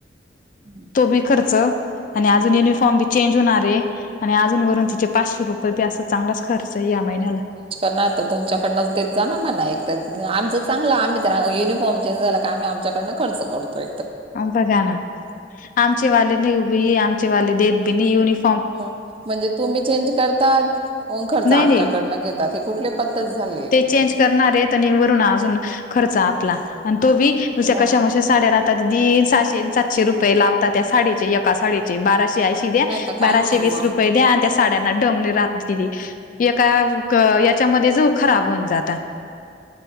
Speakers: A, on the right; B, on the left.
A: <inaudible>
B: तो बी खर्च, आणि आजुन युनिफॉर्मी चेंज होणारय. आणि अजूनू वरून तिचे पाचशे रुप <unintelligible> असा चांगलाच खर्च आहे या महिन्याला.
A: नाही तर तुमच्याकडनंच देत जा ना मला एक त्यात. आमचं चांगलं आम्ही तर युनिफॉर्म चेंज झाला का आम्ही आमच्याकडन खर्च करतोय.
B: बघा ना. आमचे वाले नई उभी, आमचे वाले देत बी नई युनिफॉ
A: म म्हणजे तुम्ही चेंज करतात, खर्च
B: नाही
A: आमच्याकडन
B: नाही
A: घेतात. ही कुठली पद्धत झाली.
B: ते चेंज
A: तर
B: करणार आहेत आणि वरून अजून खर्च आपला. आणि तो बी नुश्या
A: मग
B: कशा साड्या राहतात, दीन सहाशे सातशे रुपये लावता त्या साडीचे. एका साडीेचे बाराशे ऐंशी द्या
A: नाही तर काय
B: बाराशे
A: मग
B: वीस रुपये द्या आणि त्या साड्यांना डोंग <unintelligible> एका याच्यामध्ये जो खराब होऊन जाता.